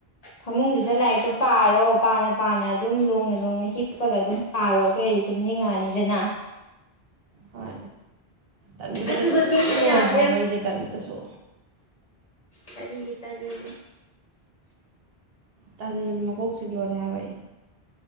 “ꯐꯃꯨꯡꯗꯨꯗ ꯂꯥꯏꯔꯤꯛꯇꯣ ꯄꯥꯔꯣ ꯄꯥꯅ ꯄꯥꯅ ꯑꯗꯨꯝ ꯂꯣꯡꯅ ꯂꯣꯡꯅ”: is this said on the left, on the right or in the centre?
Left